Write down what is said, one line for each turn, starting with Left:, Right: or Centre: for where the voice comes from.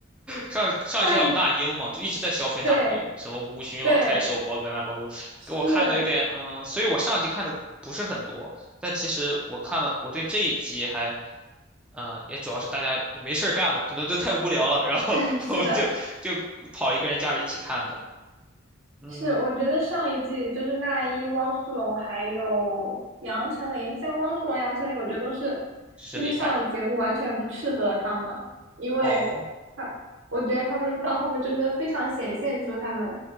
Centre: 上上一季还有那英嘛，
Right: 上一
Centre: 就一直在消费那英，
Right: 对
Centre: 什么五旬老太守国，
Right: 对
Centre: 本来把都给我看的有点，
Right: 是
Centre: 嗯，所以我上一季看的不是很多，但其实我看了，我对这一集还，嗯、也主要是大家没事儿干嘛，就伦都太无聊了，然后
Right: <laughs>
Centre: <laughs>
Right: 是的，
Centre: 我们就就跑一个人家里一起看的，嗯，
Right: 是，我觉得上一季就是那英、汪苏泷还有杨丞琳，像汪苏泷、杨丞琳，我觉得都是
Centre: 实力派
Right: 就是上了节目完全不适合他们，因为他我觉得他们到后面就是非常显现出他们
Centre: 哦。